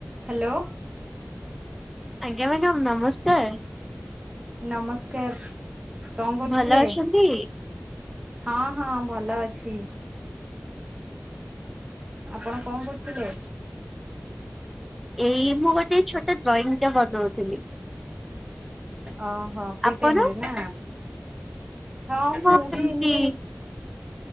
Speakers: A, on the right; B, in the centre.
A: Hello.
B: ଆଜ୍ଞା madam ନମସ୍କାର।
A: ନମସ୍କାର। କଣ କରୁଥିଲେ?
B: ଭଲ ଅଛନ୍ତି?
A: ହଁ ହଁ ଭଲ ଅଛି। ଆପଣ କଣ କରୁଥିଲେ?
B: ଏଇ ମୁଁ ଗୋଟେ ଛୋଟ ଡ୍ରଇଂ ଟା ବନଉଥିଲି।
A: ଓହୋ ପ୍ରୀ
B: ଆପଣ
A: ଟାଇମରେ ନା। ହଁ
B: କଣ
A: ମୁଁ
B: ଏମତି
A: ବି ଏମିତି